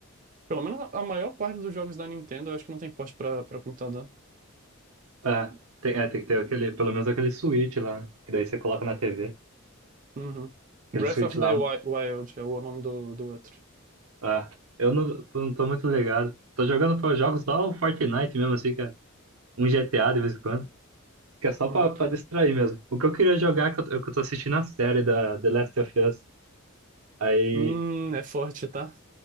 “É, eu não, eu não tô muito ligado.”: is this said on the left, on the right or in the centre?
Right